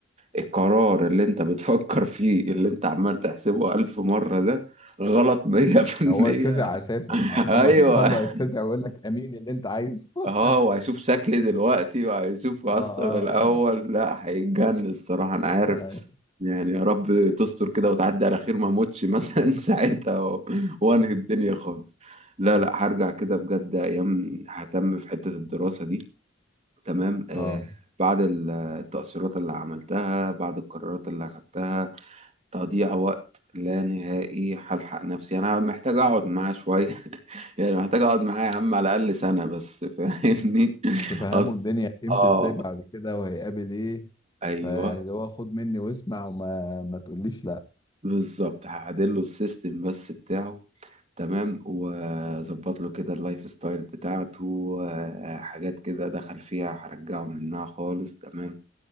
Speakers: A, on the right; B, on the left.
A: القرار اللي أنت بتفكر فيه اللي أنت عمال تحسبه ألف مرة ده غلط مية في المية
B: هو يتفزع أساسا
A: <laughs>
B: يعني أنت
A: ايوه
B: ما هتظهر له هيتفزع ويقول لك أمين اللي أنت عايزه <laughs>
A: اه وهيشوف شكلي دلوقتي وهيشوف اصلا
B: اه
A: الاول
B: اه
A: لا هيتجنن الصراحه انا عارف
B: اه
A: يعني يا رب تستر كده وتعدي على خير ما اموتش مثلا <laughs> ساعتها و- وانهي الدنيا خالص لا لا هرجع كده بجد ايام ههتم في حته الدراسه دي تمام آه
B: آه <laughs>
A: بعد ال- التأثيرات اللي عملتها بعد القرارات اللي أخدتها تضييع وقت لا نهائي هلحق نفسي انا محتاج اقعد معاه شويه <laughs> يعني محتاج اقعد معاه يا عم على الاقل سنه بس فاهمني <laughs>
B: تفهموا
A: اصل
B: الدنيا هتمشي
A: اه
B: ازاي بعد كده وهيقابل ايه
A: ايوه
B: فيعني اللي هو خد مني واسمع وما ما تقوليش لا
A: بالظبط هعدل له السيستم بس بتاعه تمام واظبط له كده اللايف ستايل بتاعته آه، حاجات كده دخل فيها هرجعه منها خالص تمام